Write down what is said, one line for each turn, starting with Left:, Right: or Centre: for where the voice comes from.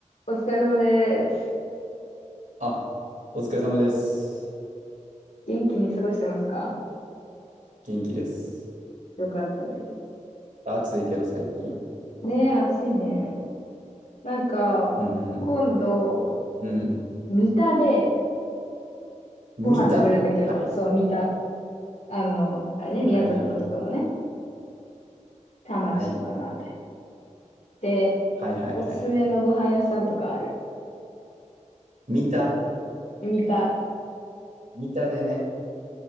Left: お疲れ様です。
Right: あ、お疲れ様です。
Left: 元気に過ごしてますか
Right: 元気です。
Left: よかったです。
Right: 暑いけど最近。
Left: ねえ、暑いね。なんか、
Right: うん。
Left: 今度、
Right: うん。
Left: 三田で
Right: 見たはい。
Left: ご飯食べるんだけど、そう、三田。あの、あれね、港区のところね。
Right: はいはい。
Left: 田町とかのあたり。
Right: はい。
Left: で、
Right: はいはいはいはい。
Left: おすすめのご飯屋さんとかある。
Right: 見た
Left: 三田。
Right: 見たでね。